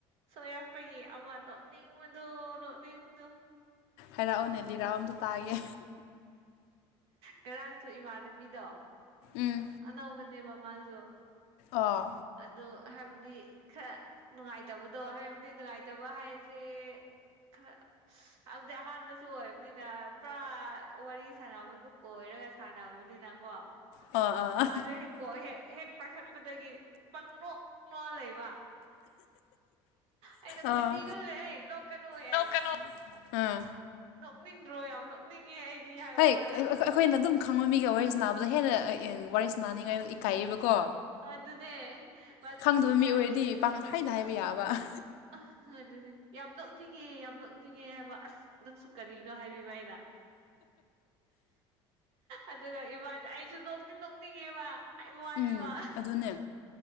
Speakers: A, on the right (about 65°); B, on the left (about 85°).
A: ꯁꯣꯏꯔꯞꯄꯒꯤ ꯑꯃ ꯅꯣꯛꯅꯤꯡꯕꯗꯣ ꯅꯣꯛꯅꯤꯡꯕꯗꯣ
B: ꯍꯩꯔꯥꯛꯑꯣꯅꯦ ꯂꯤꯔꯥꯛ ꯑꯝꯇ ꯇꯥꯒꯦ
A: ꯀꯔꯥꯡꯁꯨ ꯏꯃꯥꯟꯅꯕꯤꯗꯣ
B: ꯎꯝ
A: ꯑꯅꯧꯕꯅꯦꯕ ꯃꯥꯁꯨ
B: ꯑꯣ
A: ꯑꯗꯨꯣ ꯍꯥꯏꯕꯗꯤ ꯈꯔ ꯅꯨꯡꯉꯥꯏꯇꯕꯗꯣ ꯍꯥꯏꯕꯗꯤ ꯅꯨꯡꯉꯥꯏꯇꯕ ꯍꯥꯏꯁꯦ ꯈꯔ ꯑꯝꯗꯤ ꯑꯍꯥꯟꯕꯁꯨ ꯑꯣꯏꯕꯅꯤꯅ ꯄꯨꯔꯥ ꯋꯥꯔꯤ ꯁꯥꯟꯅꯕ ꯑꯣꯏꯔꯒ ꯁꯥꯟꯅꯕꯅꯤꯅꯀꯣ
B: ꯑ ꯑꯥ ꯑꯥ
A: ꯃꯥꯁ ꯍꯦꯛꯀꯣ ꯍꯦꯛ ꯍꯦꯛ ꯄꯥꯏꯈꯠꯄꯗꯒꯤ ꯄꯪꯅꯣꯛꯅꯣꯛ ꯂꯩꯕ ꯑꯩꯅ
B: ꯑꯥ
A: ꯀꯅ ꯅ ꯀꯅ ꯑꯣꯏꯕ
B: ꯅꯣꯛꯀꯅꯨ ꯑꯥ
A: ꯅꯣꯛꯅꯤꯡꯗ꯭ꯔꯣ ꯌꯥꯝ ꯅꯣꯛꯅꯤꯡꯉꯦ ꯑꯩꯗꯤ ꯍꯥꯏꯕ
B: ꯍꯩ
A: ꯃꯥꯗ
B: ꯑꯩꯈꯣꯏꯅ ꯑꯗꯨꯝ ꯈꯪꯕ ꯃꯤꯒ ꯋꯥꯔꯤꯁ ꯅꯥꯕꯗ ꯍꯦꯟꯅ ꯋꯥꯔꯤꯁ ꯅꯤꯡꯉꯥꯏ ꯏꯀꯥꯏꯌꯦꯕꯀꯣ
A: ꯑꯗꯨꯅꯦ ꯃꯥꯁꯨ
B: ꯈꯪꯗꯕ ꯃꯤ
A: ꯌꯥꯝ
B: ꯑꯣꯏꯔꯗꯤ
A: ꯅꯅꯨꯡꯅꯤ
B: ꯄꯪꯍꯥꯏꯗ ꯍꯥꯏꯕ ꯌꯥꯕ
A: ꯑ ꯑꯗꯨꯗꯤ ꯌꯥꯝ ꯅꯣꯛꯅꯤꯡꯉꯦ ꯌꯥꯝ ꯅꯣꯛꯅꯤꯡꯉ ꯉ ꯍꯥꯏꯕ ꯑꯁ ꯅꯪꯁꯨ ꯀꯔꯤꯅꯣ ꯍꯥꯏꯕꯤꯕ ꯑꯩꯅ ꯑꯗꯨꯒ ꯏꯕꯥꯅꯤ ꯑꯩꯁꯨ ꯅꯣꯛꯇꯤꯡ ꯅꯣꯛꯅꯤꯡꯉꯦꯕ ꯍꯥꯏꯕ ꯋꯥꯅꯦꯕ
B: ꯎꯝ ꯑꯗꯨꯅꯦ